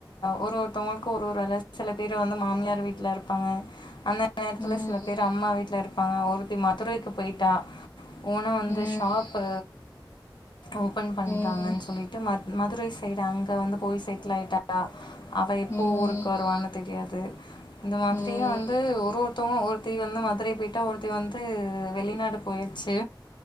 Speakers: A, on the left; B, on the left.
A: ஒரு ஓரு ஓருதர்க்கும் ஒரு ஒரு வேல செல பேர் வந்து மாமியார் வீட்ல இருப்பாங்க அந்த அந்த நேரத்துல
B: ம் ம்
A: சில பேர் அம்மா வீட்டுல இருப்பாங்க ஒருத்தி மதுரைக்கு போயிட்டா ஓனா வந்து
B: ம்
A: ஷாப்பு ஓப்பன் பண்ற்றாகன்னு
B: ம்
A: சொல்லிட்டு மதுரை சைடு அங்க வந்து போய் செட்டல ஆயிட்டா அவள் எப்போ
B: ம்
A: ஊருக்கு வருவானு தெரியாது இந்த மாரியு
B: ம்
A: வந்து ஒரு ஒருத்தவங்க ஒரு ஒருத்தி வந்து மதுரை போயிட்டா ஒருத்தி வந்து வெளிநாடு போயச்சு